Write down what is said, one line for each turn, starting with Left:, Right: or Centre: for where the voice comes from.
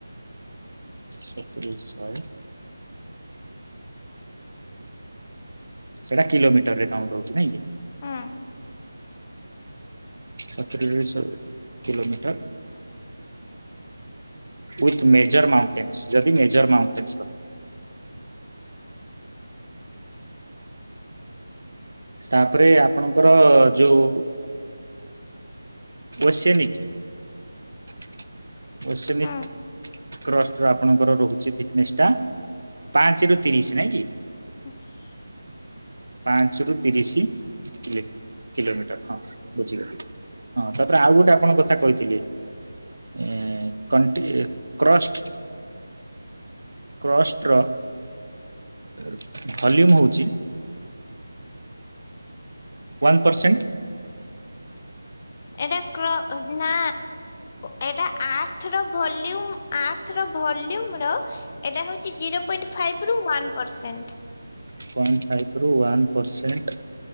Right: ସତୁରି ରୁ ଶହେ। ସେଟା କିଲୋମିଟରରେ କାଉଣ୍ଟ୍ ହଉଚି ନାଇଁ କି?
Left: ହଁ
Right: ସତୁୁରୀ ରୁ ଶହେ କିଲୋମିଟର ୱିଥ୍ ମେଜର ମାଉଣ୍ଟେନସ ଯଦି ମେଜର ମାଉଣ୍ଟେନସ ର
Left: <inaudible>
Right: ତାପରେ ଆପଣଙ୍କର ଯୋଉ ବସେ ନିି <unintelligible> ଆର୍ସେନିକ
Left: ହଁ
Right: ଟ୍ରଷ୍ଟ ରୁ ଆପଣଙ୍କର ରହୁଛି ବିଯିନେସ ଟା ପାଞ୍ଚରୁ ତିରିଶ ନାଇଁ କି
Left: <inaudible>
Right: ପାଞ୍ଚରୁ ତିରିଶ ଥିଲେ କିଲୋମିଟର ହଁ ବୁଝିଗଲି ହଁ ତାପରେ ଆଉ ଗୋଟେ ଆପଣଙ୍କ କଥା କହିଥିଲେ ଏ କଣ୍ଟି କ୍ରଷ୍ଟ କ୍ରଷ୍ଟ ର ଭଲ୍ୟୁମ୍ ହଉଚି ୱନ୍ ପରସେଣ୍ଟ
Left: ଏଇଟା କ ନା ଏଟା ଆର୍ଥର ଭଲ୍ୟୁମ ଆର୍ଥ ର ଭଲ୍ୟୁମ ର ଏଟା ହଉଛି ଅଛି ଜିରୋ ପଏଣ୍ଟ୍ ଫାଇଭ ରୁ ୱାନ୍ ପରସେଣ୍ଟ୍।
Right: ପଏଣ୍ଟ୍ ଫାଇଭ ରୁ one percent